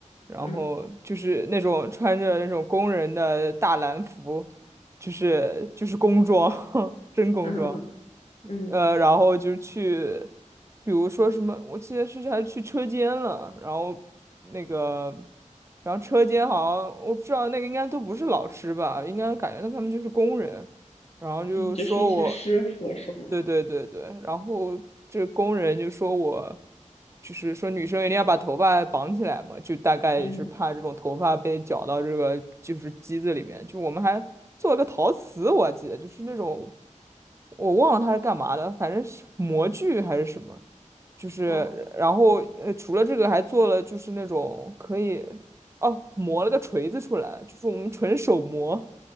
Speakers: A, on the right; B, on the left.
A: 然后就是那种穿着那种工人的大蓝服，
B: 嗯
A: 就是就是工装，<laughs> 真工装。
B: 嗯嗯嗯
A: 呃，然后就是去，比如说什么，我记得是还去车间了，然后那个，然后车间好像我不知道那个应该都不是老师吧，应该感觉到他们就是工人，然后就说我，
B: 嗯，就是一些师傅是吗？
A: 对对对对，然后这工人就说我，就是说女生一定要把头发绑起来嘛，就大概是怕这种头发被绞到这个就是机子里面，
B: 嗯，
A: 就我们还做了个陶瓷，我还记得就是那种。我忘了它是干嘛的，反正是模具还是什么，就是然后呃，
B: 哇
A: 除了这个还做了就是那种可以哦磨了个锤子出来，就是我们纯手磨，